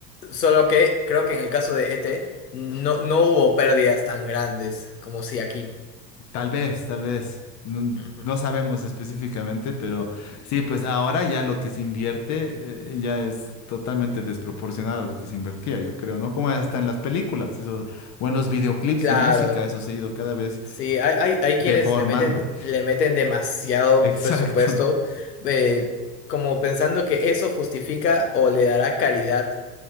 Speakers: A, on the left; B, on the left.
A: solo que creo que en el caso de ET no, no hubo pérdidas tan grandes como si aquí.
B: Tal vez, tal vez. No,
A: Ujú.
B: no sabemos específicamente, pero sí, pues ahora ya lo que se invierte eh, ya es totalmente desproporcional a lo que se invertía, yo creo, ¿no? Como hasta en las películas, eso, o en los videoclips
A: Claro,
B: de música, eso se ha ido cada vez
A: sí, hay, hay, hay
B: deformando.
A: quienes le meten, le meten demasiado
B: <laughs> Exacto.
A: presupuesto, eh, como pensando que eso justifica o le dará calidad